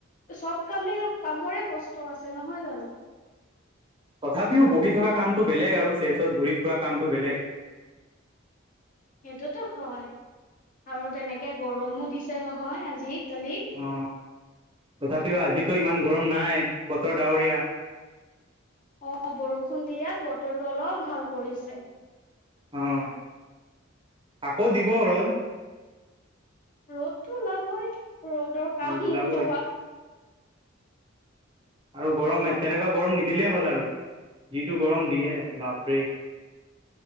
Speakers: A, on the left; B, on the right.
A: চব কামে কামৰে কষ্ট আছে নহয় জানো
B: তথাপিও বহি থকা কামটো বেলেগ আৰু চেলচত ঘূৰি ফুৰা কামটো বেলেগ
A: সেইটোতো হয় আৰু তেনেকে গৰমো দিছে নহয় আজি কালি।
B: অ তথাপিও আজিতো ইমান গৰম নাই বতৰ ডাৱৰীয়া।
A: অ', বৰষুণ দিয়াত বতৰটো অলপ ভাল কৰিছে।
B: অ' আকৌ দিব ৰ'দ।
A: ৰ'দতটো ওলাবই ৰ'দৰ কাম
B: ৰ'দ ওলাবই
A: ওলোৱা।
B: আৰু গৰম তেনেকুৱা গৰম নিদিলেই হ'ল আৰু যিটো গৰম দিয়ে বাপৰে।